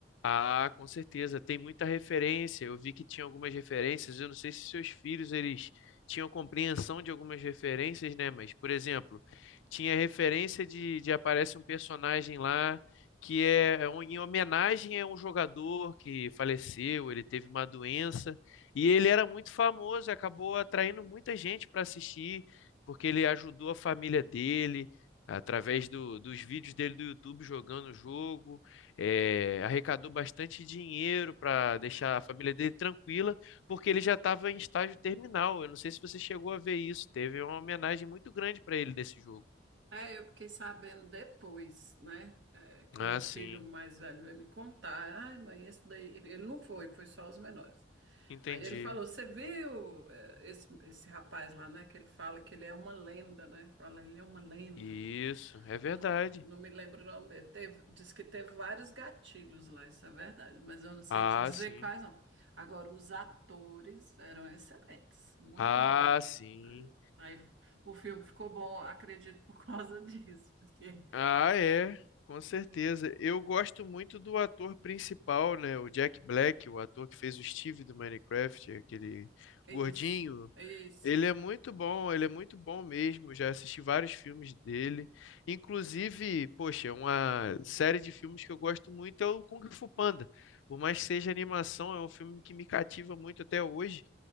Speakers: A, on the left; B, on the right.
A: Ah, com certeza, tem muita referência. Eu vi que tinha algumas referências. Eu não sei se seus filhos eles tinham compreensão de algumas referências, né? Mas, por exemplo, tinha referência de, de aparece um personagem lá que é é um- em homenagem a um jogador que faleceu, ele teve uma doença e ele era muito famoso, e acabou atraindo muita gente para assistir, porque ele ajudou a família dele através do- dos vídeos dele do YouTube jogando o jogo eh, arrecadou bastante dinheiro para deixar a família dele tranquila, porque ele já estava em estágio terminal. Eu não sei se você chegou a ver isso. Teve uma homenagem muito grande para ele nesse jogo.
B: É, eu fiquei sabendo depois, né? é, que
A: Ah,
B: meu filho
A: sim,
B: mais velho veio me contar. Ai, mãe, esse daí. Ele ele não foi, foi só os menores.
A: entendi.
B: Aí ele falou: Você viu é, esse, esse rapaz lá, né? Que ele fala que ele é uma lenda, né? Fala, ele é uma lenda.
A: Isso, é verdade.
B: Eu não, não me lembro o nome dele. Teve, diz que teve vários gatilhos lá, isso é verdade, mas eu não sei
A: Ah,
B: te dizer
A: sim.
B: quais não. Agora, os atores eram excelentes, muito
A: Ah,
B: bom.
A: sim.
B: Aí o filme ficou bom, acredito, por causa <laughs> disso, porque
A: Ah, é, com certeza. Eu gosto muito do ator principal, né? O Jack Black, o ator que fez o Steve do Minecraft, aquele
B: é
A: gordinho.
B: isso, é isso.
A: Ele é muito bom, ele é muito bom mesmo. Já assisti vários filmes dele. Inclusive, poxa, uma série de filmes que eu gosto muito é o Kung Fu Panda. Por mais que seja animação, é um filme que me cativa muito até hoje.